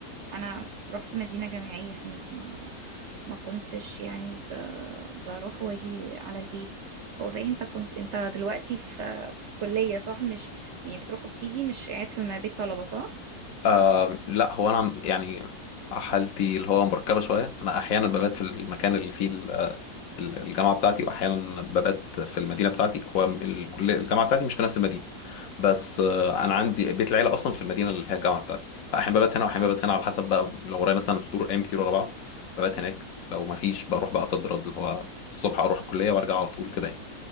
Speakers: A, on the right; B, on the left.
A: أنا رحت مدينة جامعية هناك ما ما كنتش يعني ب... بروح واجي على البيت هو صحيح انت كنت انت دلوقتي في في الكلية صح مش يعني بتروح وبتيجي مش قاعد في ما بيت طلبة صح؟
B: آه لا هو انا يعني حالتي اللي هو مركبه شويه انا احيانا ببات في المكان اللي فيه الجامعه بتاعتي واحيانا ببات في المدينه بتاعتي هو الكليه الجامعه بتاعتي مش في نفس المدينه بس آه، انا عندي بيت العيله اصلا في المدينه اللي فيها الجامعه بتاعتي فاحيانا ببات هنا واحيانا
A: اه
B: ببات هنا على حسب بقى لو ورايا مثلا حضور ايام كتير ورا بعض ببات هناك لو ما فيش بروح بقى صد رد اللي هو الصبح اروح الكليه وارجع على طول كده يعني